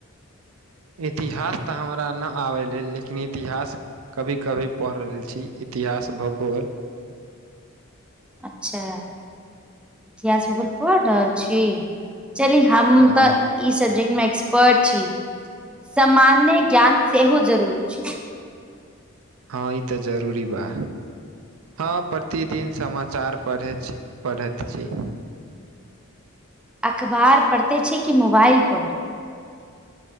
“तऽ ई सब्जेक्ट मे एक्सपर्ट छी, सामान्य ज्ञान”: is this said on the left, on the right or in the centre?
Centre